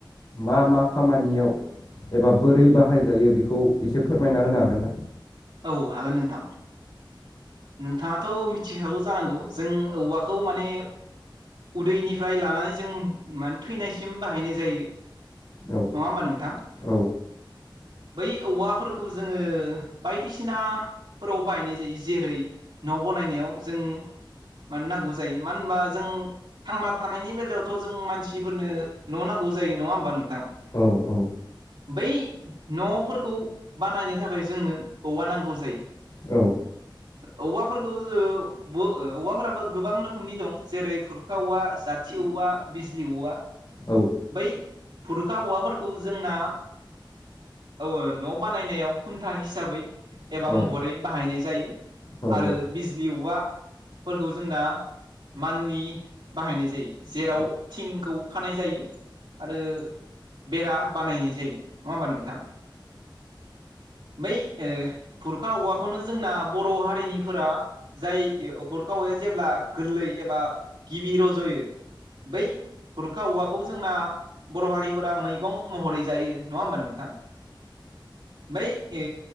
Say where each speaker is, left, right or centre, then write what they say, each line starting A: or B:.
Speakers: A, on the left; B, on the right.
A: मा- मा खामानियाव एबा बोरै बाहायजायो बेखौ एसे फोरमायना होनो हागोन ना?
B: औ हागोन नोंथां। नोंथाङाथ' मिथिखागौ जानांगौ जों औवाखौ माने उनदैनिफ्राय लानानै जों माने थैनायसिम बाहायनाय जायो।
A: औ।
B: नङा होमबा नोंथां
A: औ
B: बै औवाफोरखौ जोङो बायदिसिनाफोराव बाहायनाय जायो जेरै न' बनायनायाव जों माने नांगौ जायो मानो होनबा जों थांना थानायनि बेलायावथ' जों मानसिफोरनो न' नांगौ जायो नङा होमबा नोंथां
A: औ औ
B: बै न'फोरखौ बानायनो थाखाय जोंनो औवा नांगौ जायो
A: औ
B: औवाफोरखौ औवाफोराबो गोबां रोखोमनि दं जेरै खुरखा औवा, जाथि औवा, बिजलि औवा।
A: औ
B: बै बुरुखा औवाफोरखौ जोंना औ न' बानायनायाव खुन्था हिसाबै
A: औ
B: एबा महरै बाहायनाय जायो।
A: औ
B: आरो
A: औ
B: बिजलि औवाफोरखौ जोंना मान्थलि बाहायनाय जायो। जेराव
A: औ
B: थिंखौ खानाय जायो आरो बेरा बानायनाय जायो। नङा होमबा? नोंथां बै बुरखा औवाखौनो जोंना बर' हारिनिफोरा जाय <unintelligible> <unintelligible> जेब्ला गोरलै एबा गिबि रज'यो बै हुरुखा औवाखौ जोंना बर' हारिफोरा मैगं महरै जायो नङा होमबा नोंथां बै ओ